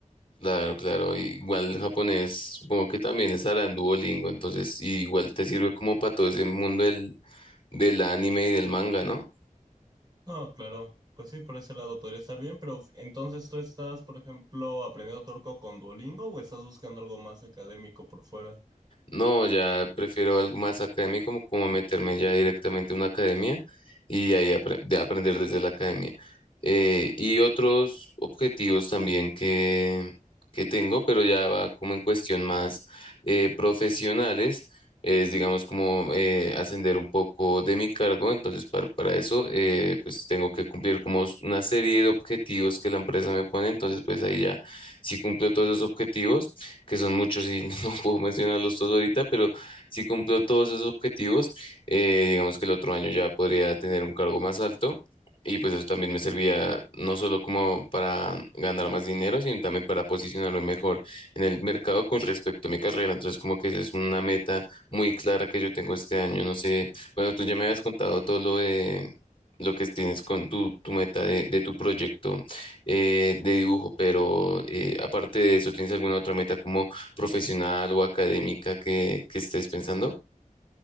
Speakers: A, on the left (about 40°); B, on the right (about 30°).
A: Claro, claro. Igual el japonés, supongo que también estará en Duolingo, entonces igual te sirve como para todo ese mundo del, del anime y del manga, ¿no?
B: No, claro. Pues sí, por ese lado podría estar bien, pero entonces tú estás, por ejemplo, aprendiendo turco con Duolingo o estás buscando algo más académico por fuera?
A: No, ya prefiero algo más académico, como, como meterme ya directamente a una academia y ahí apre- de aprender desde la academia. Eh, y otros objetivos también que, que tengo, pero ya va como en cuestión más eh, profesionales, es digamos como eh, ascender un poco de mi cargo. Entonces, para, para eso, eh, pues tengo que cumplir como una serie de objetivos que la empresa me pone. Entonces, pues ahí ya, si cumplo todos esos objetivos, que son muchos y <laughs> no puedo mencionarlos todos ahorita, pero si cumplo todos esos objetivos, eh, digamos que el otro año ya podría tener un cargo más alto y pues eso también me servía no solo como para ganar más dinero, sino también para posicionarme mejor en el mercado con respecto a mi carrera. Entonces como que esa es una meta muy clara que yo tengo este año. No sé, bueno, tú ya me habías contado todo lo de... lo que tienes con tu, tu meta de, de tu proyecto eh, de dibujo, pero eh, aparte de eso, ¿tienes alguna otra meta como profesional o académica que, que estés pensando.